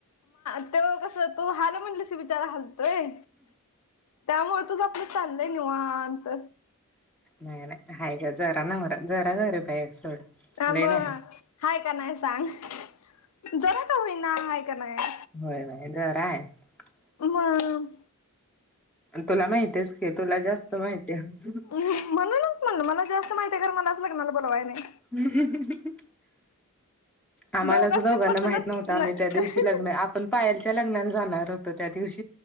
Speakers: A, on the left; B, in the centre.
A: <unintelligible> तू हाल म्हणलसी विचार हालतोय त्यामुळे तुझ आपलं चाललं निवांत
B: न ह ग ज्वरा नंगरा ज्रा गरी बाई सोड
A: ह
B: लय
A: मग
B: नाही
A: हाय का नाही सांग जरा का होईना हा का नाही
B: <inaudible>
A: म म
B: तुला माहित आहेच तुला जास्त माहिती आहे
A: म्हणूनच म्हणलं मला जास्त माहिती आहे <unintelligible>
B: हम् <unintelligible> आम्हाला
A: दोघांसनी
B: ज दोघांना
A: पचलंच
B: माहित नव्हं
A: नाही
B: आम्ही त्या दिवशी लग्न आपण पायलच्या लग्नाला जाणार होतो त्या दिवशी